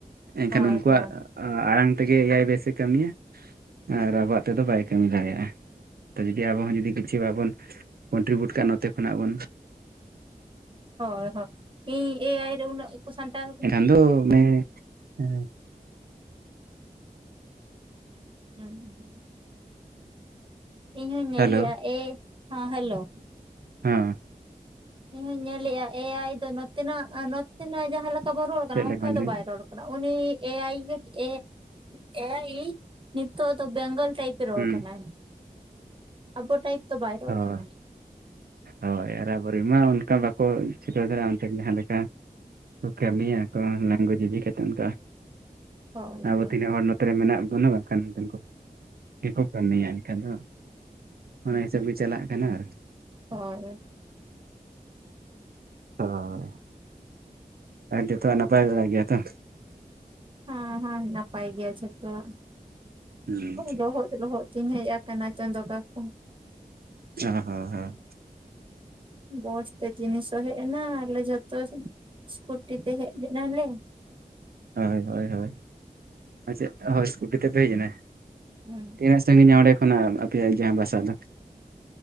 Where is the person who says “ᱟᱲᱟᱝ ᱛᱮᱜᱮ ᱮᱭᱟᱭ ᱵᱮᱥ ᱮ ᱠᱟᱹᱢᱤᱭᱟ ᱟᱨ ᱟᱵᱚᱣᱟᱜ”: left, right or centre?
Right